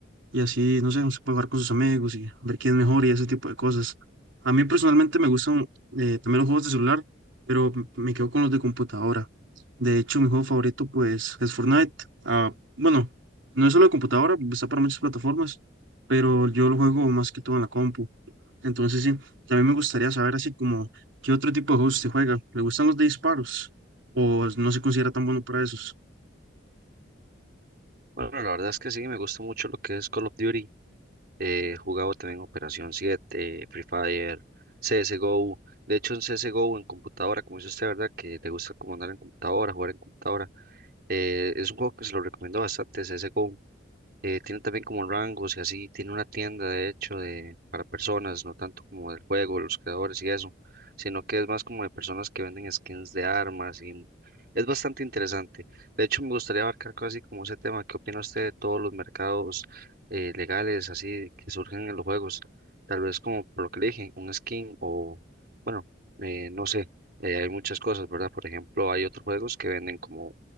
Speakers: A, on the right; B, on the right.
A: y así, no sé, uno se puede jugar con sus amigos y ver quién es mejor y ese tipo de cosas. A mí personalmente me gustan eh, también los juegos de celular, pero m- me quedo con los de computadora. De hecho, mi juego favorito pues es Fortnite. Ah, bueno, no es solo de computadora, está para muchas plataformas, pero yo lo juego más que todo en la compu. Entonces sí, también me gustaría saber así como qué otro tipo de juegos se juega. ¿Le gustan los de disparos? ¿O no se considera tan bueno para esos?
B: Bueno, la verdad es que sí, me gusta mucho lo que es Call of Duty. Eh, he jugado también Operación siete Free Fire, CSGO. De hecho, en CSGO en computadora, como dice usted, ¿verdad? Que te gusta como andar en computadora, jugar en computadora. Eh, es un juego que se lo recomiendo bastante, CSGO. Eh, tiene también como rangos y así, tiene una tienda de hecho de, para personas, no tanto como del juego, los creadores y eso, sino que es más como de personas que venden skins de armas y es bastante interesante. De hecho, me gustaría abarcar casi como ese tema, ¿qué opina usted de todos los mercados eh, legales así que surgen en los juegos? Tal vez como por lo que le dije, un skin o, bueno, eh, no sé, eh, hay muchas cosas, ¿verdad? Por ejemplo, hay otros juegos que venden como